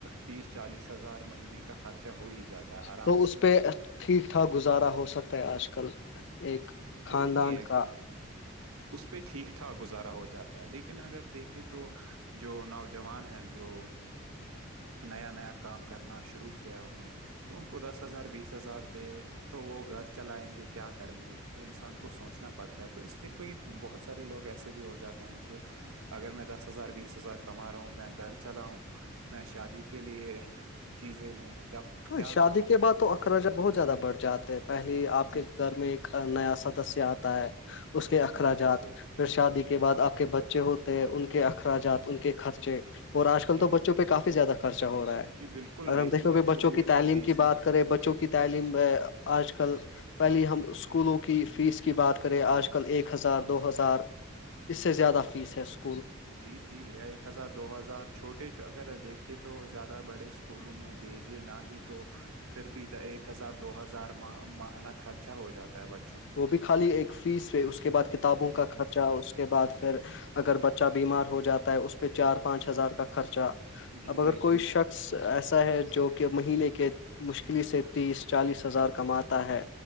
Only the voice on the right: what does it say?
تیس چالیس ہزار مہینے کا خرچہ ہو ہی جاتا ہے آرام
سے
جی
وہی ہے
کہ اس پہ ٹھیک ٹھاک گزارا ہو جاتا ہے لیکن اگر دیکھے تو جو نوجوان ہیں جو
نیا نیا کام کرنا شروع کیا ہے ان نے تو ان کو دس ہزار بیس ہزار پہ تو وہ گھر چلائیں گے کیا کریں گے یہ انسان کو سوچنا پڑتا ہے تو اس لیے کوئی بہت سارے لوگ ایسے بھی ہو جاتے ہیں کہ اگر میں دس ہزار بیس ہزار کما رہا ہوں میں گھر چلاؤں میں شادی کے لیے چیزیں لوں یا کیا
کروں
جی
جی بالکل
جی
جی بالکل
دیکھیے
اسکول
کا
فیس
ہی
جی جی ایک ہزار دو ہزار چھوٹے چ اگر دیکھے تو زیادہ بڑے اسکولوں میں بھیجے نہ ہی تو پھر بھی ایک ہزار دو ہزار مہانہ خرچہ ہو جاتا ہے ب
جی
بالکل